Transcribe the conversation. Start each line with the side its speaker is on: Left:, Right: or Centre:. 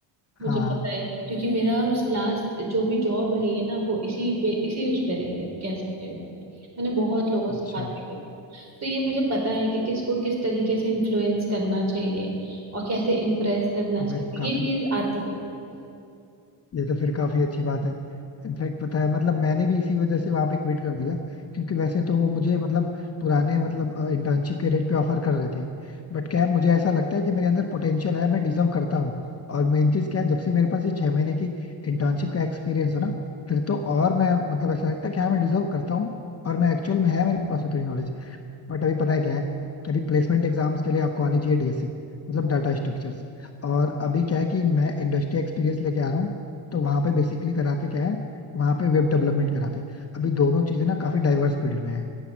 Right: मुझे
Left: हाँ
Right: पता है क्योंकि मेरा लास्ट जो भी जॉब रही है ना वो इसी पे इसी उस पे रही है कह सकते हो आप। मैंने बहुत लोगों
Left: अच्छा
Right: से बातें करी हैं। तो ये मुझे पता है कि किसको किस तरीके से इन्फ्लुएंस करना चाहिए और कैसे इम्प्रेस करना
Left: तो
Right: चाहिए
Left: फिर काफी
Right: ये चीज आती है
Left: ये तो फिर काफी अच्छी बात है इनफैक्ट पता है मतलब मैंने भी इसी वजह से वहां पे क्विट कर दिया क्योंकि वैसे तो वो मुझे मतलब पुराने मतलब इंटर्नशिप के रेट पे ऑफर कर रहे थे बट क्या है, मुझे ऐसा लगता है कि मेरे अंदर पोटेंशियल है मैं डिजर्व करता हूँ और मेन चीज क्या है जब से मेरे पास ये छह महीने की इंटर्नशिप का एक्सपीरियंस हो ना फिर तो और मैं मतलब ऐसा लगता है कि हाँ मैं डिजर्व करता हूँ और मैं एक्चुअल में है मेरे पास उतनी नॉलेज बट अभी पता है क्या है कि अभी प्लेसमेंट एग्जाम्स के लिए आपको आनी चाहिए डीएसए मतलब डाटा स्ट्रक्चर्स और अभी क्या है कि मैं इंडस्ट्री एक्सपीरियंस लेके आ रहा हूँ तो वहां पे बेसिकली कराते क्या है वहां पे वेब डेवलपमेंट कराते हैं अभी दोनों चीजें ना काफी डाइवर्स फील्ड में है